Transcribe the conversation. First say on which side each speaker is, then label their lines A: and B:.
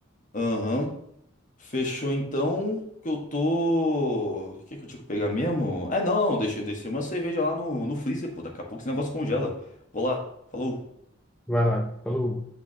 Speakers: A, on the left; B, in the centre.
A: Aham. Fechou então. Que eu tô. O que que eu tinha que pegar mesmo? É, não, Deixa, Deixa, deixei uma cerveja lá no, no freezer, pô. Daqui a pouco esse negócio congela. Vou lá. Falou.
B: Vai lá. Falou.